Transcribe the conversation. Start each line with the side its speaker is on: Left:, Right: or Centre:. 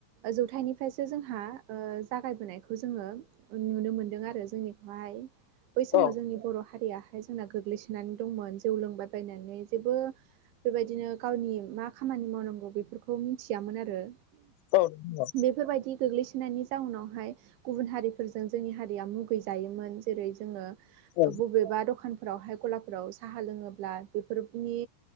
Right: जौथाइनिफ्रायसो जोंहा ओ जागायबोनायखौ जोङो नुनो मोनदों आरो जोंनिखौहाय बै समाव
Left: औ
Right: जोंनि बर' हारियाहाय जोंना गोग्लैसोनानै दंमोन जौ लोंबायबायनानै जेबो बेबायदिनो गावनि मा खामानि मावनांगौ बेफोरखौ मिथियामोन आरो
Left: औ। औ
Right: बेफोरबायदि गोग्लैसोनायनि जाउनावहाय गुबुन हारिफोरजों जोंनि हारिया मुगै जायोमोन जेरै जोङो
Left: औ।
Right: बबेबा दखान फोरावहाय गलाफोराव साहा लोङोब्ला बेफोरनि